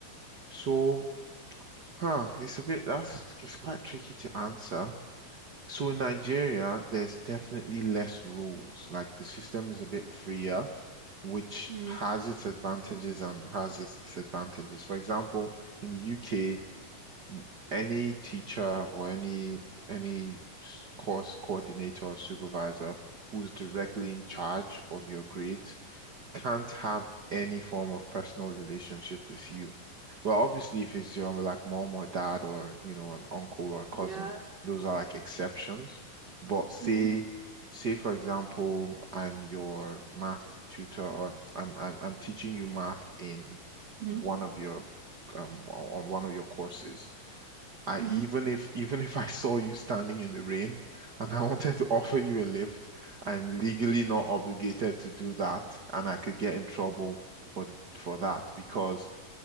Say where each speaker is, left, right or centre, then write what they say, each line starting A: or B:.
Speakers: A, on the right; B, on the right.
A: So. Huh, it's a bit that's it's quite tricky to answer. So in Nigeria, there's definitely less rules. Like the system is a bit freer, which
B: Mm.
A: has its advantages and has its disadvantages. For example, in the UK, any teacher or any any s- course coordinator or supervisor who's directly in charge of your grades can't have any form of personal relationships with you. Well, obviously, if it's your like mom or dad or you know an uncle or cousin,
B: Yeah.
A: those are like exceptions. But say,
B: Mm-hmm.
A: say for example, I'm your math tutor, or I'm I'm, I'm teaching you math in
B: Mm-hmm.
A: one of your um on one of your courses I
B: mm-hmm.
A: even if even if I saw you standing in the rain and I <laughs> wanted to offer you a lift, I'm legally not obligated to do that, and I could get in trouble for for that because